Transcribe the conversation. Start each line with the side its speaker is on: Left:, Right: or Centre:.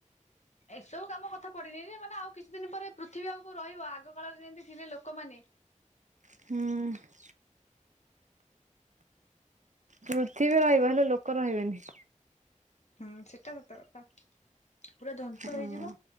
Left: ଏସବୁ କାମ କଥା ପଡିନେଇ ଯେ ମାନେ ଆଉ କିଛି ଦିନି ଏ ପରେ ପୃଥିବୀ ଆଉ କୋଉ ରହିବ ଆଗ କାଳରେ ଯେମିତି ଥିଲେ ଲୋକମାନେ।
Right: ହୁଁ। ପୃଥିବୀ ରହିବ ହେଲେ ଲୋକ ରହିବେନି।
Left: ହୁଁ ସେଟା ସତକଥା। ପୁରା ଧ୍ଵଂସ
Right: ହଁ
Left: ହେଇଯିବ